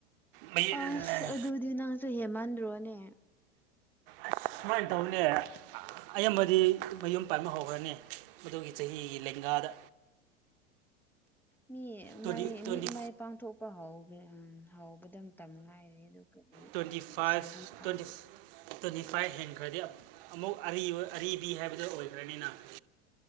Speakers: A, on the right; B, in the centre.
A: ꯃꯌꯦꯛ
B: ꯑꯁ ꯑꯗꯨꯗꯤ ꯅꯪꯁꯨ ꯍꯦꯃꯟꯗ꯭ꯔꯣꯅꯦ
A: ꯑꯁ ꯁꯨꯃꯥꯏꯅ ꯇꯧꯅꯦ ꯑꯌꯥꯝꯕꯗꯤ
B: ꯎꯝ
A: ꯃꯌꯨꯝ ꯄꯥꯟꯕ ꯍꯧꯈ꯭ꯔꯅꯤ ꯃꯗꯨꯒꯤ ꯆꯍꯤꯒꯤ ꯂꯦꯡꯒꯥꯗ
B: ꯃꯤ
A: ꯇ꯭ꯋꯦꯟꯇꯤ
B: ꯃꯥꯏ
A: ꯇ꯭ꯋꯦꯟꯇꯤ
B: ꯃꯤꯠ ꯃꯥꯏ ꯄꯥꯡꯊꯣꯛꯄ ꯍꯥꯎꯒꯦ ꯎꯝ ꯍꯥꯎꯕ ꯀꯗ꯭ꯔ ꯃꯇꯝ ꯍꯥꯏꯔꯦ ꯑꯗꯨꯒꯗꯤ
A: ꯇ꯭ꯋꯦꯟꯇꯤ ꯐꯥꯏꯚ
B: ꯂꯩꯁꯥꯕꯤ ꯐꯥꯔꯦ
A: ꯇ꯭ꯋꯦꯟꯇꯤ ꯇ꯭ꯋꯦꯟꯇꯤ ꯐꯥꯏꯚ ꯍꯦꯟꯈ꯭ꯔꯗꯤ ꯑꯃꯨꯛ ꯑꯔꯤꯕ ꯑꯔꯤꯕꯤ ꯍꯥꯏꯕꯗꯣ ꯑꯣꯏꯈ꯭ꯔꯅꯤꯅ <inaudible>